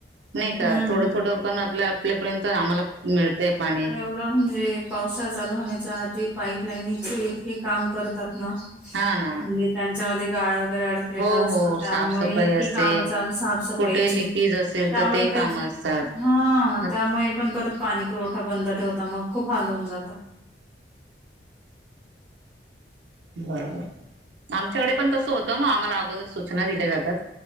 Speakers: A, on the right; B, in the centre.
A: नाही का
B: हम्म.
A: थोडं थोडं पण आपल्या आपल्यापर्यंत आम्हाला मिळतय पाणी
B: थोडा म्हणजे पावसा चालू होण्याच्या आधी पाईप लाईनचे इतके काम करतात ना
A: हा ना
B: म्हणजे त्यांच्यामध्ये गाळ वगैरे अड ले
A: हो
B: असतो
A: हो
B: त्यामुळे
A: साफसफाई
B: इतके
A: असते
B: काम चालू साफसफाईचे
A: कुठे लिकेज असेल
B: त्यामुळे
A: ते
B: तर
A: काम असतात
B: हा
A: मग
B: त्यामुळे पण परत पाणी पुरवठा बंद ठेवता मग खूप हलवून जात
A: बरोबर आमच्याकडे पण तसं होतं मग आम्हाला अगोदर सूचना दिल्या जातात